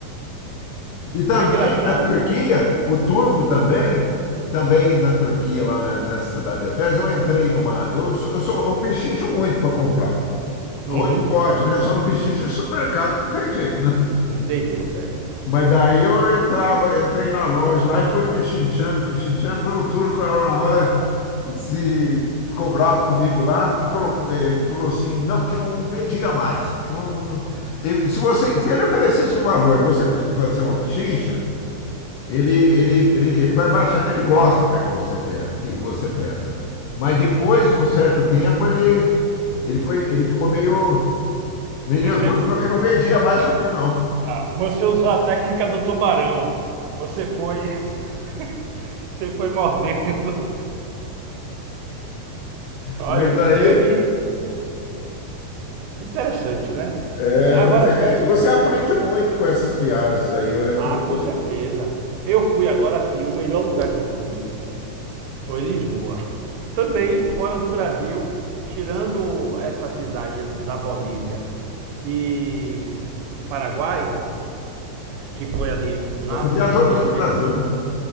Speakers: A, on the left (about 85°); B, on the right (about 80°).
A: E também
B: foi engraçado.
A: na Turquia, o turco também, também na Turquia, lá na- nessa cidade de Efes eu entrei numa. Eu, sou- eu, sou, eu pechincho muito para comprar.
B: Uhum.
A: Aonde pode, né? Eu só não pechincho em supermercado, que não tem jeito, né?
B: Não tem jeito, é.
A: Mas daí eu entrava, entrei na loja lá e fui pichinchando, pichinchando. Falei, o turco, é uma hora, se ficou bravo comigo lá, me colocou, eh, falou assim, não, que não vendia mais. Que não, eu- se você, se ele oferecesse um valor, você pe- fazer uma pechincha, ele, ele, ele, ele vai baixando, ele gosta até que você, pe- que você peça. Mas depois de um certo tempo, ele, ele foi, ele ficou meio, meio
B: Você.
A: nervoso, falou que não vendia mais
B: ah,
A: para mim, não.
B: Ah, você usou a técnica do tubarão. Você foi. <laughs> Você foi mordendo. Olha,
A: Mas daí
B: eu, e- interessante, né?
A: É,
B: Agora
A: mas é,
B: sim.
A: é, você aprende muito com essas viagens aí. Eu, eu,
B: Ah,
A: por exemplo,
B: com certeza. Eu fui agora sim, o melhor lugar que eu fui foi Lisboa. Também fora do Brasil, tirando essa cidade da Bolívia e o Paraguai, que foi ali na
A: mas você
B: fronteira
A: viajou muito
B: mesmo,
A: o Brasil, né?